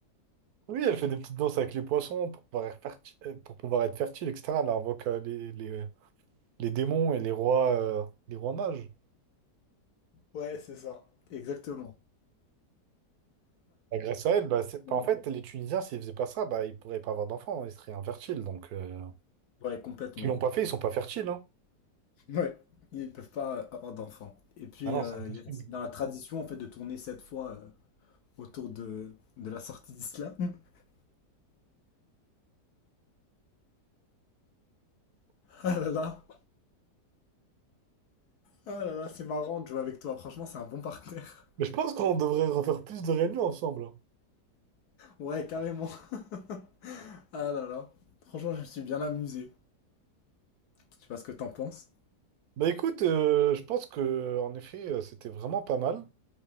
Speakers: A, on the right; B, on the left.
A: Oui, elle fait des petites danses avec les poissons pour pouvoir être fertile, euh, pour pouvoir être fertile, etc. Elle invoque euh, les, les, les démons et les rois, euh, les rois mages.
B: Ouais, c'est ça. Exactement.
A: Bah, grâce à elle, bah, c'est-
B: <laughs>
A: bah, en fait, les Tunisiens, s'ils faisaient pas ça, bah, ils pourraient pas avoir d'enfants, hein, ils seraient infertiles. Donc, euh,
B: Ouais, complètement.
A: ils l'ont pas fait, ils sont pas fertiles. hein.
B: Ouais. Ils peuvent pas euh, avoir d'enfants. Et puis,
A: Ah non,
B: euh,
A: c'est impossible.
B: il y a- dans la tradition, en fait, de tourner cette fois euh, autour de, de la sortie d'Islam. <laughs> Ah là là. Ah là là, c'est marrant de jouer avec toi. Franchement, c'est un bon partenaire.
A: Mais je pense qu'on devrait refaire plus de réunions ensemble. hein.
B: Ouais, carrément. <laughs> Ah là là. Franchement, je me suis bien amusé. Je sais pas ce que t'en penses.
A: Bah écoute, euh, je pense que en effet, euh, c'était vraiment pas mal.